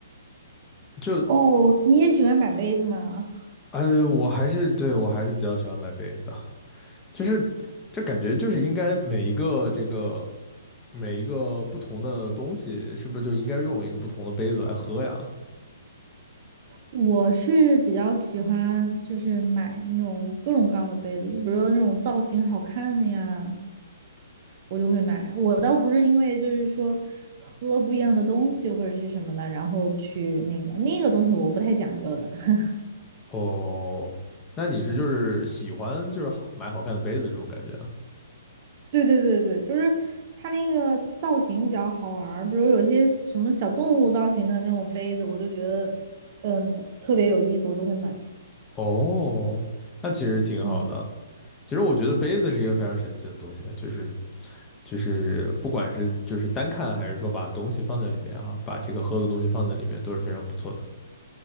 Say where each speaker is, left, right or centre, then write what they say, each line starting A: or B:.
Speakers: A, on the left; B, on the right.
A: 就
B: 哦，你也喜欢买杯子吗？
A: 呃，我还是对我还是比较喜欢买杯子的，就是这感觉就是应该每一个这个每一个不同的东西，是不是就应该用一个不同的杯子来喝呀？
B: 我是比较喜欢就是买那种各种各样的杯子，就比如说那种造型好看的呀，我就会买。我倒不是因为就是说喝不一样的东西或者是什么的，然后去那个那个东西我不太讲究的。<laughs>
A: 哦，那你是就是喜欢就是好买好看的杯子这种感觉啊？
B: 对对对对，就是它那个造型比较好玩儿，比如有些什么小动物造型的那种杯子，我就觉得嗯特别有意思，我就会买。
A: 哦，那其实挺好的。
B: 嗯。
A: 其实我觉得杯子是一个非常神奇的东西啊，就是就是不管是就是单看还是说把东西放在里面啊，把这个喝的东西放在里面都是非常不错的。